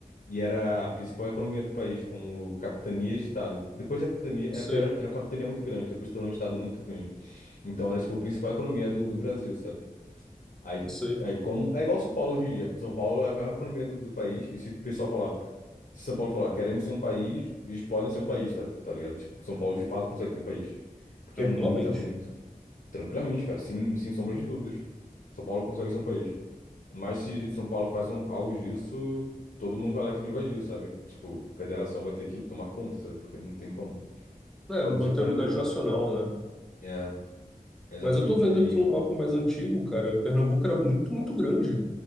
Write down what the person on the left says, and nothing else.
e era a principal economia do país, como capitania e estado. Depois da capitania,
é porque era, era uma capitania muito grande, depois se tornou um estado muito grande. Então era, tipo, a principal economia do, do Brasil, sabe? Aí,
aí como. É igual São Paulo hoje em dia. São Paulo é a maior economia do, do país. E se o pessoal falar, se São Paulo falar, queremos ser um país, eles podem ser um país, tá, tá ligado? Tipo, São Paulo de fato consegue ser um país. Porque
é muita, muito. Tranquilamente, cara, sem, sem sombra de dúvidas. São Paulo consegue ser um país. Mas se São Paulo faz um- algo disso, todo mundo vai lá querer invadir, sabe? Tipo, federação vai ter que tomar conta, sabe? Porque não tem como.
Foi
acontecer com o Pernambuco.
É, exatamente.
Aí,